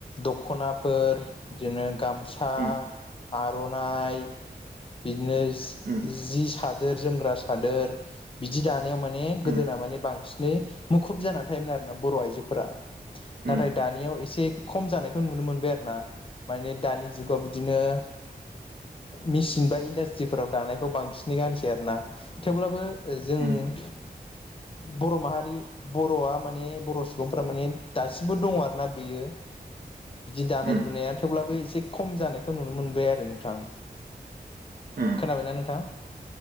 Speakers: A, on the left; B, on the right.
A: दख'नाफोर बिदिनो गामसा
B: उम
A: आर'नाइ बिदिनो
B: उम
A: जि सादोर जोमग्रा सादोर बिदि दानायाव माने
B: उम
A: गोदोना माने बांसिन नै मुखुब जानानै थायोमोन आरोना बर' आइजोफोरा
B: उम
A: नाथाय दानियाव एसे खम जानायखौ नुनो मोनबाय आरो ना माने दानि जुगाव बिदिनो मेसिन बा इन्डास्ट्रिफोराव दानायखौ बांसिनै गानसै आरोना थेवब्लाबो जों
B: उम
A: बर' माहारि बर'आ माने बर' सुबुंफ्रा माने दासिमबो दङ आरो ना बेयो बिदि दानाय
B: उम
A: लुनाया थेवब्लाबो एसे खम खम जानायखौ नुनो मोनबाय आरो नोंथां
B: उम
A: खोनाबायना नोंथां?